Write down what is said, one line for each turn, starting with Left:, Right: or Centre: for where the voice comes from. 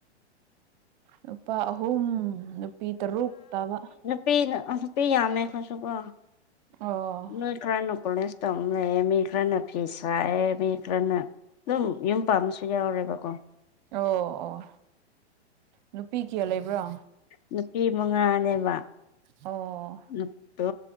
Right: ꯅꯨꯄꯥ ꯑꯍꯨꯝ ꯅꯨꯄꯤ ꯇꯔꯨꯛ ꯇꯥꯕ
Left: ꯄꯤꯅ ꯅꯨꯄꯤ ꯌꯥꯝꯃꯦ ꯈꯣꯏꯁꯨꯀꯣ
Right: ꯑꯣ
Left: ꯅꯣꯏ ꯈ꯭ꯔꯅ ꯀꯂꯦꯖ ꯇꯝ ꯂꯩꯌꯦ ꯃꯤ ꯈ꯭ꯔꯅ ꯐꯤꯁꯥꯌꯦ ꯃꯤ ꯈ꯭ꯔꯅ ꯑꯗꯨꯝ ꯌꯨꯝ ꯄꯥꯟꯕꯁꯨ ꯌꯥꯎꯔꯦꯕꯀꯣ
Right: ꯑꯣ ꯑꯣ ꯅꯨꯄꯤ ꯀꯌꯥ ꯂꯩꯕꯔꯥ
Left: ꯅꯨꯄꯤ ꯃꯉꯥꯅꯦꯕ
Right: ꯑꯣ
Left: ꯅꯨꯄꯥ